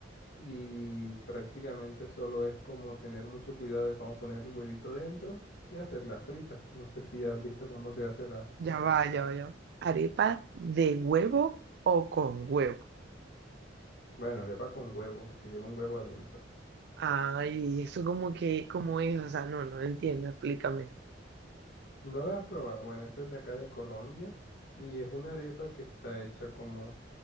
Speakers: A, on the left; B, on the right.
A: y prácticamente solo es como tener mucho cuidado de cómo poner el huevito dentro y hacerla frita. No sé si has visto cómo se hace la,
B: Ya va, ya va, ya va. ¿Arepa de huevo o con huevo?
A: bueno, arepa con huevo, la que lleva un huevo adentro.
B: Ay, eso como que, ¿cómo es? O sea, no, no entiendo, explícame. <laughs>
A: No la has probado, bueno, esa es de acá de Colombia y es una arepa que está hecha como